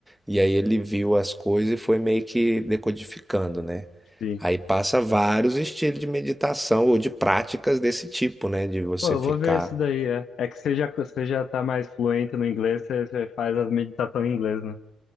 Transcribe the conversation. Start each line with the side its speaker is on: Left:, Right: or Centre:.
Centre: e aí ele viu as coisas e foi meio que decodificando, né?
Left: sim.
Centre: Aí passa vários estilos de meditação ou de práticas desse tipo, né? De você
Left: Pô, eu
Centre: ficar.
Left: vou ver isso daí, é. É que você já, você já tá mais fluente no inglês, você, você faz as meditações em inglês, né?